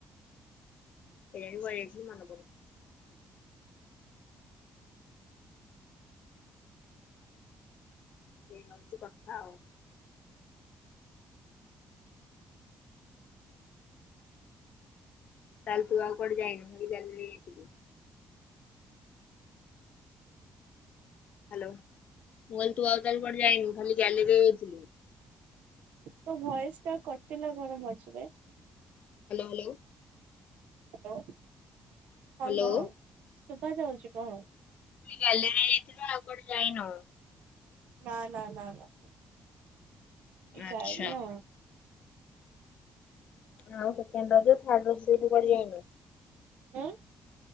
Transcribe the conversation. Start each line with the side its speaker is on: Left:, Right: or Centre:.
Left: କେୟଣୀ କୁଆଡେ଼ ଯାଇଥିଲି ମନେ ପଡ଼ୁନି। ଏଇ ହଉଚି କଥା ଆଉ। ତାହେଲେ ତୁ ଆଉ କୁଆଡ଼େ ଯାଇନୁ ଖାଲି ଗ୍ୟାଲେରୀଆ ଯାଇଥିଲୁ। ହ୍ୟାଲୋ ମୁଁ କହିଲି ତୁ ଆଉ ତାହେଲେ କୁଆଡ଼େ ଯାଇନୁ ଖାଲି ଗ୍ୟାଲେରିଆ ଯାଇଥିଲୁ।
Right: ତୋ ଭୟସ ଟା କଟିଲା କଣ ମଝିରେ।
Left: Hello hello.
Right: ହ୍ୟାଲୋ ହଁ
Left: ହ୍ୟାଲୋ
Right: କହ ସୁଭସ ରହୁଛି କହ
Left: ଗଲିରେ ଯାଇଥିବ ଆଉ କଆଡେ ଯାଇନବ
Right: ନା ନା ନା ନା
Left: ଆଚ୍ଛା
Right: ଯାଇନି ଆଉ
Left: ଆଉ ସେକଣ୍ଡ ରଜ ଦୁୁ କରି ଯାଇନୁ
Right: ଉଁ